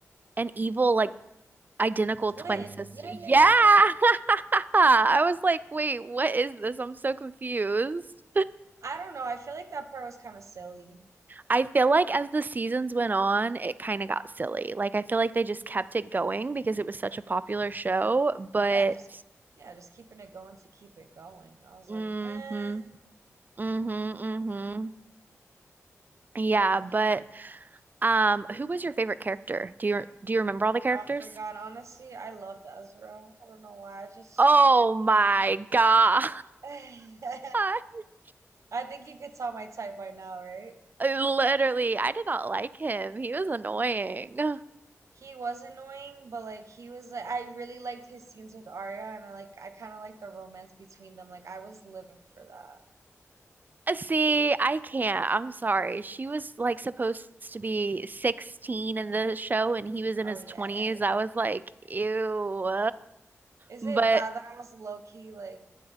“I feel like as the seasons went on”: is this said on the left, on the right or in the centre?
Right